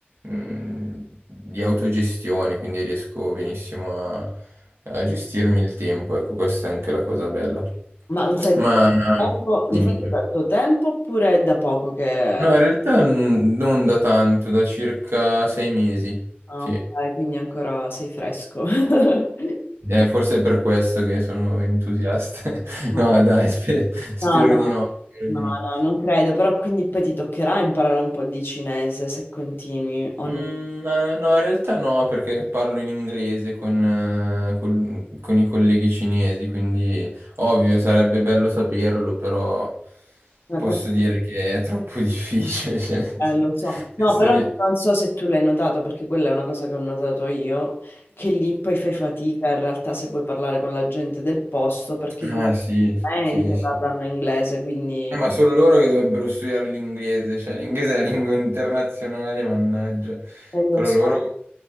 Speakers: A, on the right (about 80°); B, on the left (about 70°).
A: mh, di autogestione, quindi riesco benissimo a, a gestirmi il tempo, ecco questa è anche la cosa bella.
B: Ma lo fai da
A: Ma
B: tanto
A: Sì,
B: tempo,
A: dimmi,
B: lo fai
A: dimmi.
B: da tanto tempo oppure è da poco che...
A: No, in realtà n- non da tanto, da circa sei mesi.
B: Ah,
A: Sì,
B: ok, quindi ancora sei fresco. <laughs> no.
A: Eh, forse è per questo che sono entusiasta. <laughs>
B: No,
A: No, dai, spe- spero
B: no, no,
A: di no, spero di no.
B: no, non credo, però quindi poi ti toccherà imparare un po' di cinese se continui o
A: Mm, ma no, in realtà no, perché parlo in inglese con, eh, col- con i colleghi cinesi, quindi ovvio, sarebbe bello saperlo, però
B: no.
A: posso dire che è troppo difficile. <laughs> cioè, <laughs> nel
B: Eh, lo so, no,
A: senso,
B: però
A: ri-
B: non so se tu l'hai notato, perché quella è una cosa che ho notato io, che lì poi fai fatica in realtà se puoi parlare con la gente del posto, perché difficilmente
A: Ah, sì, sì, sì.
B: parlano inglese, quindi
A: Eh, ma sono loro che dovrebbero studiare l'inglese, cioè l'inglese è la lingua internazionale, mannaggia.
B: eh, lo
A: Però
B: so.
A: loro,